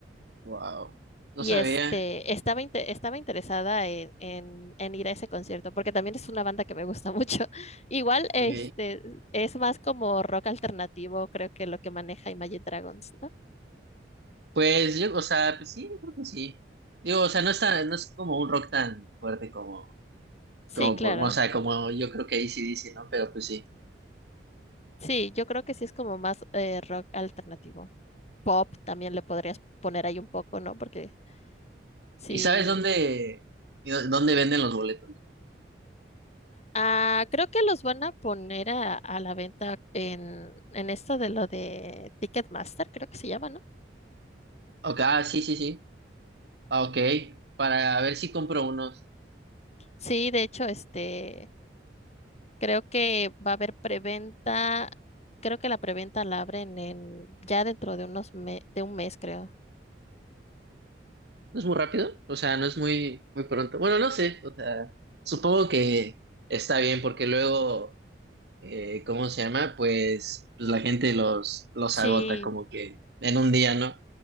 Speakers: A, on the right; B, on the left.
A: Wow, no
B: Y
A: sabía.
B: este, estaba, inte- estaba interesada en, en- en ir a ese concierto, porque también es una banda que me gusta mucho. <laughs> Igual, este,
A: Ok.
B: es más como rock alternativo, creo que lo que maneja Imagine Dragons, ¿no?
A: Pues yo, o sea, pues sí, yo creo que sí. Digo, o sea, no está, no es como un rock tan fuerte como,
B: Sí,
A: como
B: claro.
A: por- o sea, como yo creo que AC/DC, ¿no? Pero pues sí.
B: Sí, yo creo que sí es como más eh, rock alternativo. Pop también le podrías poner ahí un poco, ¿no? Porque sí.
A: ¿Y sabes dónde, y dó- dónde venden los boletos?
B: Ah, creo que los van a poner a, a la venta en, en esto de lo de Ticketmaster, creo que se llama, ¿no?
A: Ok, ah, sí, sí, sí. Ah, ok, para ver si compro unos.
B: Sí, de hecho, este Creo que va a haber preventa, creo que la preventa la abren en ya dentro de unos me- de un mes, creo.
A: No es muy rápido, o sea, no es muy, muy pronto. Bueno, no sé, o sea, supongo que está bien porque luego, eh, ¿cómo se llama? Pues, pues la gente los, los
B: Sí,
A: agota como que en un día, ¿no?